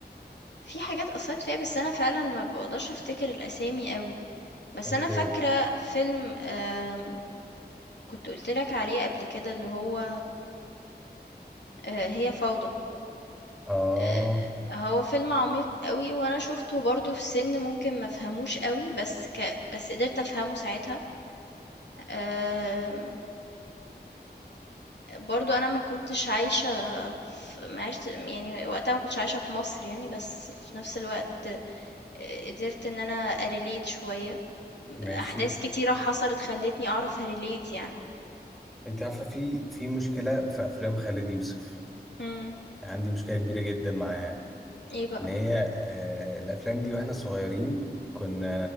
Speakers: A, on the left; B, in the centre.
A: في حاجات أثّرت فيّا بس أنا فعلًا ما باقدرش أفتكر الأسامي أوي، بس
B: أوكي
A: أنا فاكرة فيلم آمم، كنت قُلت لك عليه قبل كده اللي هو آآ، هي فوضى.
B: آه
A: آآ هو فيلم عميق أوي، وأنا شُفته برضه في سِن ممكن ما أفهموش أوي، بس ك بس قدرت أفهمه ساعتها، آمم برضه أنا ما كنتش عايشة ف ما عِشت يعني وقتها ما كنتش عايشة في مصر يعني، بس في نفس الوقت آآ قدرت إن أنا أrelate شوية،
B: ماشي
A: أحداث كتيرة حصلت خلّتني أعرف أrelate يعني.
B: أنت عارفة في في مشكلة في أفلام خالد يوسف
A: إمم،
B: يعني عندي مشكلة كبيرة جدا معاها
A: إيه بقى؟
B: إن هي آه، الأفلام دي وإحنا صغيرين كنا